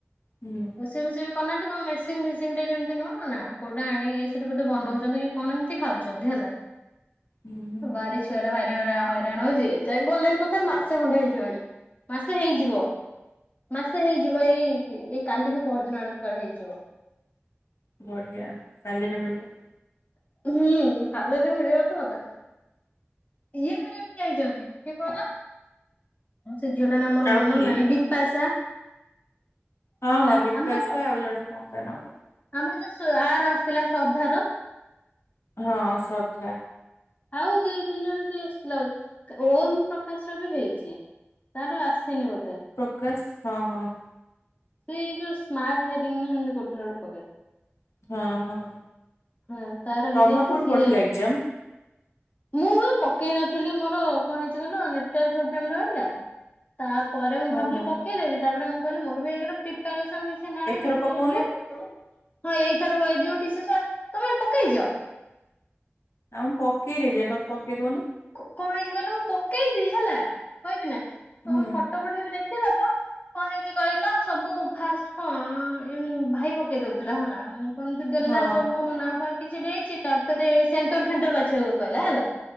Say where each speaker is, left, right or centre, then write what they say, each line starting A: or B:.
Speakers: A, on the left; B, on the left.
A: ହୁଁ
B: ରୋଷେଇ ବୋଷେଇ କନା <unintelligible> କଣ ମେସିନ ଫେସିନରେ ଯେମତି ନୁହଁ ନା କୋଉଟା ଆଣି ଏ ସେଠି ବୋଧେ ବନଉଛନ୍ତି
A: ହୁଁ
B: କି କଣ ଏମତି ଖାଉଛନ୍ତି ହେଲା।
A: ହୁଁ। ହୁଁ
B: ବାରି ଛୁଆଟା ଭାରି <unintelligible> ହଇରାଣ ହଉଛି ତ ଗଲେଣି ତଥାପି ମାସେ ଖଣ୍ଡେ ହେଇଯିବଣି। ମାସେ ହେଇଯିବ ମାସ ହେଇଯିବ ଏଇ ଏଇ କାଲି କି ପହର ଦିନ ଆଡକୁ କାଳେ ହେଇଯିବ।
A: ବଢିଆ ସାଲେରି ‌ମିଳିବ।
B: ହୁଁ ସାଲେରି ମିଳିବ ତ କଥା। ଇଏ ଘରିକା ବି ଯାଇଛନ୍ତି କିଏ କହିଲ। ସେଇ ଝିଅଟା ନା ମୋର
A: ଆଉ
B: ମନ
A: କିଏ
B: ନାହିଁ ବିପାସା।
A: ହଁ
B: ହେଲା
A: ହଁ ବିପାଶା
B: ଆମର
A: ଆଉ ଜଣେ କଣ ତ ନା ଗୋଟା।
B: ଆମର ଯୋଉ ସ୍ଵା ଆର ଆସିଥିଲା ଶ୍ରଦ୍ଧାର।
A: ହଁ ଶ୍ରଦ୍ଧା।
B: ଆଉ ଦୁଇ ତିନି ଜଣ କିଏ ଆସିଥିଲା ବୋଧେ ଓମ୍ ପ୍ରକାଶ ର ବି ହେଇଛି। ତାର ଆସିନି ବୋଧେ।
A: କାଶ ହଁ ହଁ।
B: ସେ ଏଇ ଯୋଉ ସ୍ମାର୍ଟ ହାଇରିଙ୍ଗ ନା ଏମିତି କୋଉଥେରେ ଗୋଟ ପକାଏ।
A: ହଁ ହଁ।
B: ହଁ ତାର ହେଇଯାଇଛି
A: ତମର କୋଉଠି
B: ସିଏ।
A: ପଡିଥିଲା ଏକ୍ଜାମ
B: ମୁଁ ବି ପକେଇ ନଥିଲି ମୋର କଁ ହେଇଛି କହିଲୁ ଆଉ ନେଟୱାର୍କ ପ୍ରୋବ୍ଲେମ ରହିଲା। ତାପରେ ମୁଁ ଭାବିଲି
A: ଓହୋ
B: ପକେଇଦବି ତାପରେ ମୁଁ କହିଲି ମୋରବି ଏକ ରେ ପ୍ରିପେୟାରେସନ‌ କିଛି। ନାଇଁ
A: ଏଥର
B: କିଛି
A: ପକଉନା
B: ଏଇ ହଁ ଏଇଥର ଏଇ ଯୋଉ ଟି ସି ଏସ୍ ତମେ ପକେଇଛ।
A: ଆଉ ମୁଁ ପକେଇ ଦେଇଛି ତମେ ପକେଇ ଦଉନ।
B: କ କଁ ହେଇଛି କହିଲ ମୁଁ ପକେଇଛିି ହେଲା କହିବି ନା
A: ହୁଁ
B: ତମ ଫଟୋ ପଠେଇବି ଦେଖିଦବ। କଁ ହେଇଛି କହିଲ ସବୁ ଫାଷ୍ଟ କଁ ଏମ୍ ଭାଇ ପକେଇ ଦଉଥିଲା ହେଲା। କଁ ଏମିତି ଦେଲା
A: ହଁ
B: ସବୁ ନାଁ ଫା କିଛି ଦେଇଛି ତାପରେ ସେଣ୍ଟର ଫେଣ୍ଟର ବାଛିବାକୁ କହିଲା ହେଲା।